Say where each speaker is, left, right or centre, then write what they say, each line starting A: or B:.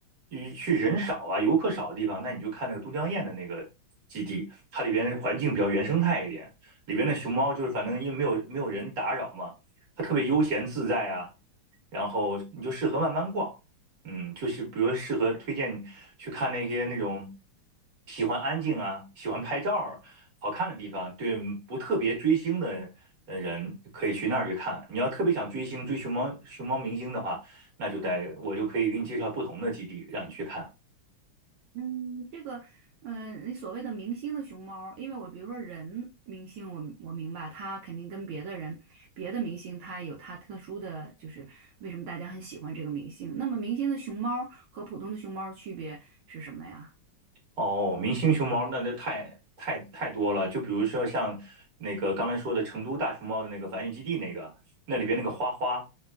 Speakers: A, on the right (about 45°); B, on the right (about 75°).
A: 你去人少啊、游客少的地方，那你就看那个都江堰的那个基地，它里边环境比较原生态一点，里边的熊猫就是反正因为没有没有人打扰嘛，它特别悠闲自在啊。然后你就适合慢慢逛，嗯，就是比如说适合推荐去看那些那种喜欢安静啊、喜欢拍照儿好看的地方，对不特别追星的呃人可以去那儿去看。你要特别想追星、追熊猫熊猫明星的话，那就得我就可以给你介绍不同的基地让你去看。
B: 嗯，这个，嗯、你所谓的明星的熊猫因为我比如说人明星我，我明白他肯定跟别的人、别的明星，他有他特殊的，就是为什么大家很喜欢这个明星。那么明星的熊猫和普通的熊猫的区别是什么呀？
A: 哦，明星熊猫那就太太太多了，就比如说像那个刚才说的成都大熊猫的那个繁育基地那个。那里边那个花花，